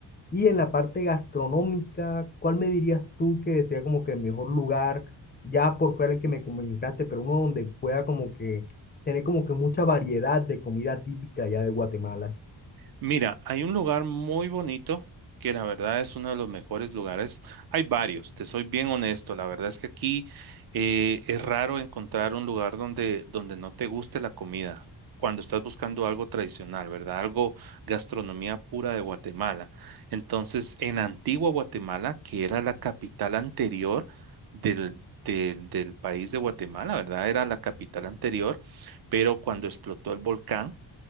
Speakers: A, on the left; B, on the right.
A: Y en la parte gastronómica, ¿cuál me dirías tú que sería como que el mejor lugar, ya por fuera el que me comentaste, pero uno donde pueda como que tener como que mucha variedad de comida típica ya de Guatemala?
B: Mira, hay un lugar muy bonito que la verdad es uno de los mejores lugares. Hay varios, te soy bien honesto. La verdad es que aquí eh, es raro encontrar un lugar donde, donde no te guste la comida. Cuando estás buscando algo tradicional, ¿verdad? Algo gastronomía pura de Guatemala. Entonces, en Antigua Guatemala, que era la capital anterior del, del del país de Guatemala, ¿verdad? Era la capital anterior, pero cuando explotó el volcán